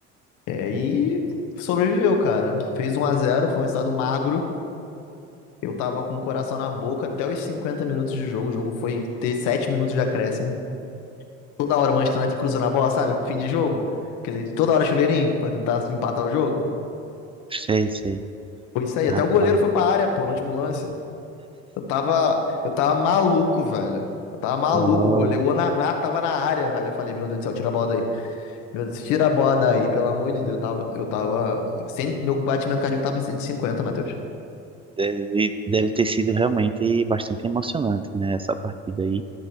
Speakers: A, on the left; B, on the right.
A: É, e sobreviveu, cara. Fez um a zero foi um resultado magro. Eu tava com o coração na boca até os 50 minutos de jogo. O jogo foi ter 7 minutos de acréscimo. Toda hora o Manchester United cruzando a bola, sabe? Fim de jogo. Que Toda hora chuveirinho pra tentar empatar o jogo.
B: Sei, sei.
A: Foi isso aí.
B: Rapaz,
A: Até o goleiro foi pra área, pô, no último lance. Eu tava, eu tava maluco, velho. Eu tava maluco.
B: ó,
A: O goleiro, o Onaná tava na área, velho. Eu falei, meu Deus do céu, tira a bola daí. Meu Deus, tira a bola daí, pelo amor de Deus. Eu tava, eu tava, cem- meu batimento cardíaco tava em cento e cinquenta Matheus.
B: deve, deve ter sido realmente bastante emocionante, né? Essa partida aí,